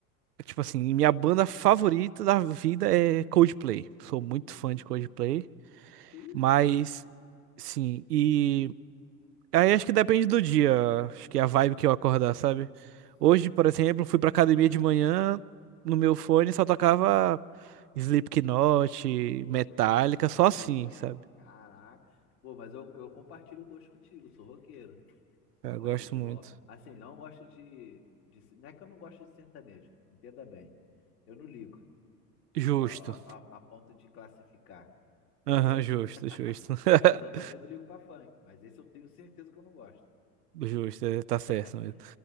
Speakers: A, on the right; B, on the left.
A: tipo assim, minha banda favorita da vida é Coldplay. Sou
B: Hum,
A: muito fã de Coldplay,
B: que isso,
A: mas
B: cara?
A: sim, e aí acho que depende do dia, acho que é a vibe que eu acordar, sabe?
B: <laughs>
A: Hoje, por exemplo, fui pra academia
B: Ah,
A: de manhã, no meu fone só tocava Slipknot,
B: pô,
A: Metallica,
B: tá sinistrão
A: só assim,
B: mesmo, hein?
A: sabe?
B: Caraca. Pô, mas eu, eu compartilho o gosto contigo, sou roqueiro.
A: Eu
B: Eu gosto
A: gosto
B: de
A: muito.
B: rock. Assim, não gosto de, de. Não é que eu não gosto de sertanejo, entenda bem. Eu não ligo
A: Justo.
B: a, a, a a ponto de classificar, entendeu?
A: Aham,
B: <laughs>
A: justo, justo. <laughs>
B: Mas eu também não ligo pra funk. Mas esse eu tenho certeza que eu não gosto.
A: Justo, é, tá
B: <laughs>
A: certo mesmo.